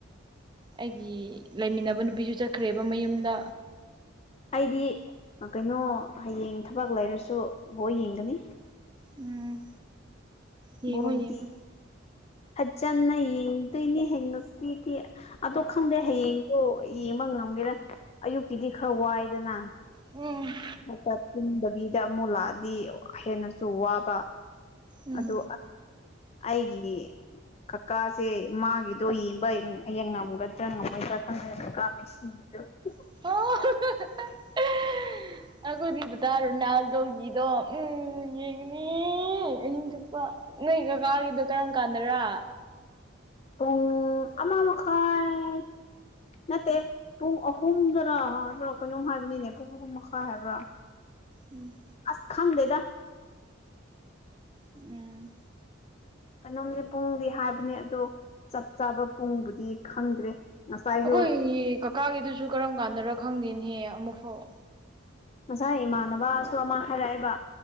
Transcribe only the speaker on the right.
ꯑꯩꯒꯤ ꯂꯩꯃꯤꯟꯅꯕ ꯅꯨꯄꯤꯁꯨ ꯆꯠꯈ꯭ꯔꯦꯕ ꯃꯌꯨꯝꯗ
ꯎꯝ ꯌꯦꯡꯉꯣ
ꯌꯦꯡꯉꯣ
ꯎꯝ
ꯎꯝ
ꯑꯣ <unintelligible>
ꯑꯩꯈꯣꯏꯗꯤ ꯗꯗꯥ ꯔꯣꯅꯥꯜꯗꯣꯒꯤꯗꯣ ꯎꯝ ꯌꯦꯡꯒꯅꯤ ꯑꯍꯤꯡ ꯆꯨꯞꯄ ꯅꯣꯏ ꯀꯀꯥꯒꯤꯗꯣ ꯀꯔꯝ ꯀꯥꯟꯗꯔꯥ
ꯎꯝ
ꯎꯝ
ꯑꯩꯈꯣꯏ ꯀꯀꯥꯒꯤꯗꯨꯁꯨ ꯀꯔꯝ ꯀꯥꯟꯗꯔ ꯈꯪꯗꯦꯅꯦꯍꯦ ꯑꯃꯨꯛꯐꯥꯎ